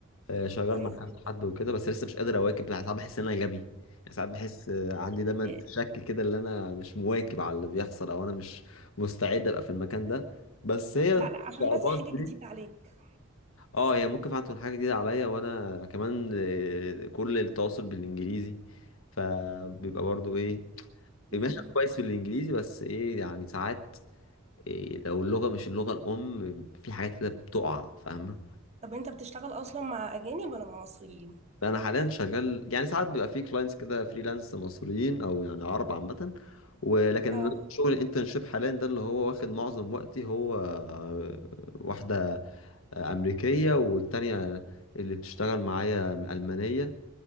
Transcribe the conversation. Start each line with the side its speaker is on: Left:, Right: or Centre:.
Left: آه، شغال
Right: كويس
Left: مع كذا
Right: جدا
Left: حد وكده بس لسه مش قادر اواكب ساعات بحس ان انا غبي يعني ساعات بحس آه، عندي دايما
Right: آه،
Left: شك كده ان انا مش مواكب على اللي بيحصل او انا مش مستعد ابقى في المكان ده بس هي
Right: لا لا عشان
Left: الصعوبات
Right: بس حاجة
Left: دي
Right: جديدة عليك
Left: اه هي ممكن فعلا تكون حاجه جديده عليا وانا كمان آه، كل التواصل بالانجليزي فبيبقى برضو ايه
Right: مم.
Left: ماشي أنا كويس في الانجليزي بس ايه يعني ساعات إيه لو اللغه مش اللغه الام في حاجات كده بتقع فاهمه
Right: طب انت بتشتغل اصلا مع اجانب ولا مع مصريين
Left: فانا حاليا شغال يعني ساعات بيبقى في كلاينتس كده فريلانس مصريين او يعني عرب عامه ولكن
Right: اه
Left: شغل الانترنشيب حاليا ده اللي هو واخد معظم وقتي هو آه، واحده آه، امريكيه والتانيه اللي بتشتغل معايا المانيه